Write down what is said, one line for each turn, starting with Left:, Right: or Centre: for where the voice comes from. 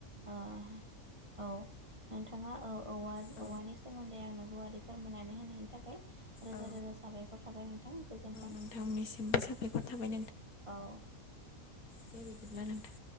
Right: औ नोंथाङा औ
Left: औ
Right: औवानि सोमोन्दै आंनो गुवारै फोरमायनानै होनायनि थाखाय रोजा
Left: औ
Right: रोजा साबायखर थाबाय नोंथां गोजोन्थों
Left: नोंथांनिसिमबो साबायखर थाबाय
Right: औ
Left: बेबायदिब्ला नोंथां